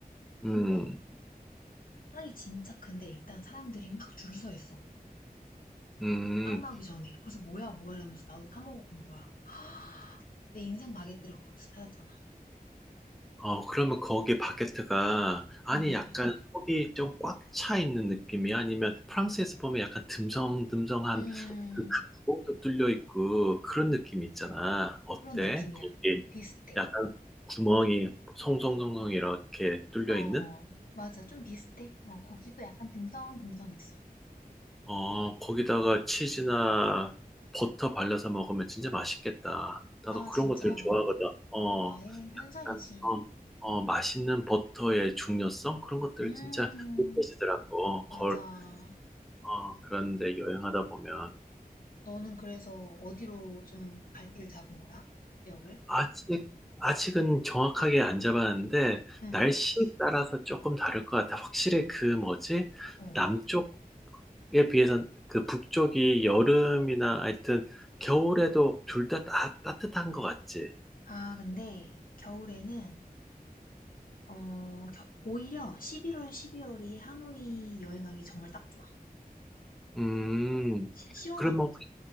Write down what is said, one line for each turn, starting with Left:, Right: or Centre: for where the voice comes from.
Centre: 음,
Left: 근데 빵이 진짜 큰데 일단 사람들이 막 줄 서 있어.
Centre: 음.
Left: 빵 나오기 전에. 그래서 뭐야 뭐야 이러면서 나도 사 먹어본 거야. <gasps> 내 인생 마게트를 거기서 찾았잖아.
Centre: 어, 그러면 거기에 바게트가, 아니,
Left: 음,
Centre: 약간 속이 좀 꽉 차 있는 느낌이 아니면 프랑스에서 보면 약간 듬성듬성한
Left: 음,
Centre: 그 구멍도 뚫려 있고 그런 느낌이 있잖아. 어때?
Left: 그런 느낌이야.
Centre: 거기
Left: 비슷해.
Centre: 약간 구멍이 송송송송 이렇게 뚫려
Left: 어,
Centre: 있는?
Left: 맞아. 좀 비슷해. 어, 거기도 약간 듬성듬성했어.
Centre: 어, 거기다가 치즈나 버터 발라서 먹으면 진짜 맛있겠다. 나도
Left: 아,
Centre: 그런
Left: 진짜.
Centre: 것들 좋아하거든. 어.
Left: 좋아해. 환상이지.
Centre: 약간 어, 어, 맛있는 버터의 중요성 그런 것들을
Left: 음,
Centre: 진짜 느껴지더라고.
Left: 맞아.
Centre: 걸, 어, 그런데 여행하다 보면
Left: 너는 그래서 어디로 좀 발길을 잡은 거야? 지역을?
Centre: 아직 아직은 정확하게 안 잡았는데
Left: 응.
Centre: 날씨에
Left: 알지.
Centre: 따라서 조금 다를 것 같아. 확실히 그 뭐지?
Left: 어.
Centre: 남쪽에 비해서 그 북쪽이 여름이나 하여튼 겨울에도 둘 다 따뜻한 것 같지.
Left: 아, 근데 겨울에는 어, 겨- 오히려 11월, 12월이 하노이 여행하기 정말 딱 좋아.
Centre: 음.
Left: 시, 원하거든
Centre: 그러면